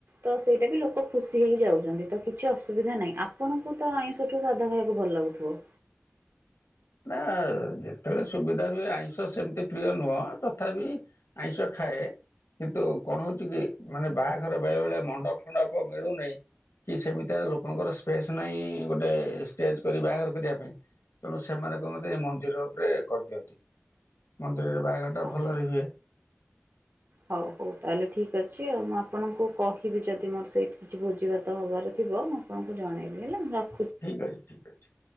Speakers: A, on the right; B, on the left.
A: ତ ସେଇଟା ବି ଲୋକ ଖୁସି ହେଇକି ଯାଉଛନ୍ତି ତ କିଛି ଅସୁବିଧା ନାହିଁ ଆପଣଙ୍କୁ ତ ଆଇଁଷ ଠୁ ସାଧା ଖାଇବାକୁ ଭଲ ଲାଗୁଥିବ?
B: ନା ଯେତେବେଳେ ସୁବିଧା ହୁଏ ଆଇଁଷ ସେମିତି ପ୍ରିୟ ନୁହଁ। ତଥାପି ଆଇଁଷ ଖାଏ। କିନ୍ତୁ କଣ ହଉଛି କି ମାନେ ବାହାଘର ବେଳେବେଳେ ମଣ୍ଡପ ଫଣ୍ଡପ ମିଳୁନେଇଁ। କି ସେମିତିଆ ଲୋକଙ୍କର ସ୍ପେସ୍ ନାହିଁ ଗୋଟାଏ ଷ୍ଟେଜ କରି ବାହାଘର କରିବା ପାଇଁ ତେଣୁ ସେମାନେ କଣ କରନ୍ତି ମନ୍ଦିର ଉପରେ କରିଦିଅନ୍ତି। ମନ୍ଦିରରେ ବାହାଘର ଟା
A: ଆଚ୍ଛା
B: ଭଲରେ ହୁଏ।
A: ହଉ ହଉ ତାହେଲେ ଠିକ୍ ଅଛି ଆଉ ମୁଁ ଆପଣଙ୍କୁ କହିବି ଯଦି ମୋର ସେଇଠି କିଛି ଭୋଜିଭାତ ହବାର ଥିବ ମୁଁ ଆପଣଙ୍କୁ ଜଣେଇବି ହେଲା ର
B: ଠିକ୍ ଅଛି, ଠିକ୍ ଅଛି।